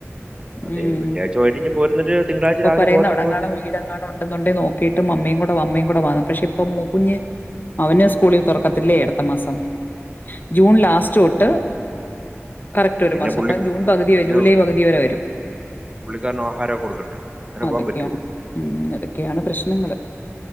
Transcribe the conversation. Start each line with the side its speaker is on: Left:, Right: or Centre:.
Right: അതെ
Left: ഉം
Right: വെള്ളിയാഴ്ച വൈകിട്ട് ഇങ്ങ് പോരുന്നിട്ട് തിങ്കളാഴ്ച
Left: ഇപ്പൊ
Right: രാവിലെ
Left: പറയുന്ന
Right: പോകത്തക്ക
Left: അവിടെങ്കാണോ
Right: വിധത്തിൽ
Left: വീടെങ്കാണോ ഉണ്ടെന്നുണ്ടെ നോക്കിട്ടും മമ്മിയും കൂടെ മമ്മയും പക്ഷെ ഇപ്പൊ മോ കുഞ്ഞ് അവന് സ്കൂളിൽ തുറക്കത്തില്ലേ അടുത്ത മാസം ജൂൺ ലാസ്റ്റ് തൊട്ട് കറക്റ്റ് ഒരു
Right: പിന്നെ
Left: മാസം
Right: പുള്ളിക്ക്
Left: അപ്പൊ ജൂൺ പകുതി
Right: പിന്നെ
Left: ജൂലൈ പകുതി വരെ വരും
Right: പിന്നെ പുള്ളിക്കാരന് ആഹാരമൊക്കെ കൊടുക്കണ്ടേ? അങ്ങനെ
Left: അതൊക്കെയാണ്
Right: പോകാൻ പറ്റോ?
Left: ഉം അതൊക്കെയാണ് പ്രശ്നങ്ങള്